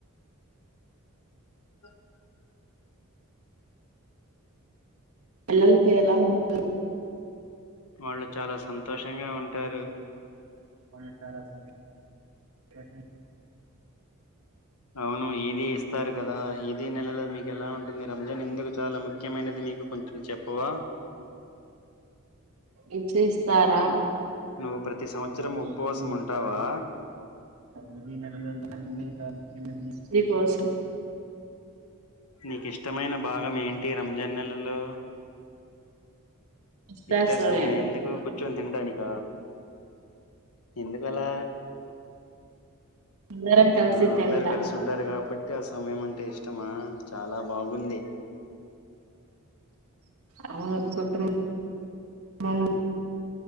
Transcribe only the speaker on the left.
<inaudible>
వాళ్ళు చాలా సంతోషంగా ఉంటారు
అవును ఈది ఇస్తారు కదా ఈది నెలలో మీకు ఎలా ఉం టుందో రంజాన్ ఎందుకు చాలా ముఖ్యమైనది మీకు కొంచం చెప్పవా
నువ్వు ప్రతి సంవత్సరం
ఉపవాసం
ఉంటావా
నీకు ఇష్టమైన భాగం ఏంటి రంజాన్ నెలలో
ఇఫ్తార్
సమయం ఎందుకు కూర్చొని తింటానిక ఎందుకలా
ఆ అందరు
కలిసి ఉంటారు కాబ్బ ట్ ఆ సమయం అంటే ఇష్టమా చాలా బాగుంది